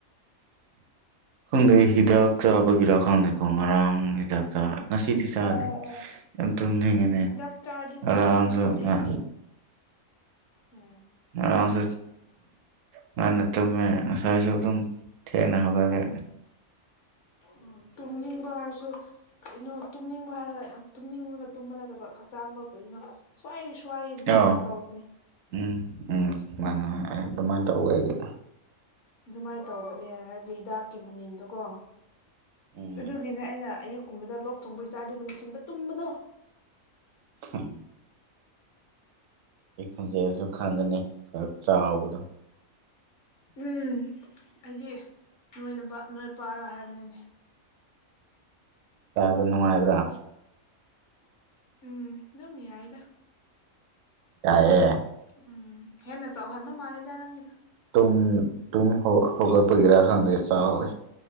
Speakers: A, on the right (about 70°); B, on the left (about 65°).
A: ꯈꯪꯗꯦ ꯍꯤꯗꯥꯛ ꯆꯥꯕꯒꯤꯔ ꯈꯪꯗꯦꯀꯣ ꯉꯔꯥꯡ ꯍꯤꯗꯥꯛ ꯆꯥ ꯉꯁꯤꯗꯤ ꯆꯥꯔꯣꯏ
B: ꯑꯣ ꯑꯣ
A: ꯌꯥꯝ ꯇꯨꯝꯅꯤꯡꯉꯤꯅꯦ
B: ꯍꯤꯗꯥꯛ ꯆꯥꯔꯗꯤꯀꯣ
A: ꯑꯔꯥꯡꯁꯨ
B: ꯇꯨꯝꯅꯤꯡꯕꯅꯦ
A: ꯉꯥ
B: ꯎꯝ
A: ꯑꯔꯥꯡꯁꯨ ꯉꯟꯅ ꯇꯨꯝꯃꯦ ꯑꯁꯥꯏꯖꯨ ꯑꯗꯨꯝ ꯊꯦꯡꯅ ꯍꯧꯒꯜꯂꯦ
B: ꯎ ꯇꯨꯝꯅꯤꯡꯕ ꯍꯥꯏꯔꯁꯨ ꯀꯩꯅꯣ ꯇꯨ ꯇꯨꯝꯅꯤꯡꯕ ꯍꯥꯏꯔꯒ ꯌꯥꯝ ꯇꯨꯝꯅꯤꯡꯉꯒ ꯇꯨꯝꯕ ꯅꯠꯇꯕ ꯍꯛꯆꯥꯡꯗꯣ ꯀꯔꯤꯅꯣ ꯁ꯭ꯋꯥꯏꯁ ꯁ꯭ꯋꯥꯏ
A: ꯑꯧ
B: ꯀꯩꯅꯣ ꯇꯧꯕꯅꯦ
A: ꯎꯝ ꯎꯝ ꯃꯥꯅꯤ ꯃ ꯑꯗꯨꯃꯥꯏ ꯇꯧꯋꯦ ꯑꯩꯒꯤ
B: ꯑꯗꯨꯃꯥꯏ ꯇꯧꯕꯅꯦ ꯍꯥꯏꯕꯗꯤ ꯍꯤꯗꯥꯛ ꯀꯤ ꯃꯅꯤꯟꯗꯣ ꯀꯣ
A: ꯎꯝ
B: ꯑꯗꯨꯒꯤꯅꯦ ꯑꯩꯅ ꯑꯌꯨꯛ ꯀꯨꯝꯕꯗ ꯂꯣꯛ ꯊꯨꯡꯕꯩ ꯆꯥꯗꯤ ꯅꯨꯡꯊꯤꯟꯗ ꯇꯨꯝꯕꯗꯣ
A: <unintelligible> ꯑꯩ ꯈꯣꯟꯖꯦꯜꯁꯨ ꯈꯪꯒꯅꯤ ꯈ ꯆꯥꯎꯕꯗꯣ
B: ꯎꯝ ꯑꯩꯗꯤ ꯅꯣꯏ ꯅꯕ ꯅꯣꯏ ꯄꯥꯔꯥ ꯍꯥꯏꯕꯅꯤꯅꯦ
A: ꯀꯥꯕ ꯅꯨꯡꯉꯥꯏꯕ꯭ꯔꯥ
B: ꯎꯝ ꯑꯗꯨꯝ ꯌꯥꯏꯗ
A: ꯌꯥꯏꯌꯦ
B: ꯎꯝ ꯍꯦꯅ ꯆꯧꯍꯟꯕ ꯃꯥꯂꯦꯗ ꯅꯪꯒꯤꯗꯨ
A: ꯇꯨꯝ ꯇꯨꯝ ꯍꯧ ꯍꯧꯒꯠꯄꯒꯤꯔ ꯈꯪꯗꯦ ꯆꯥꯎꯋꯦ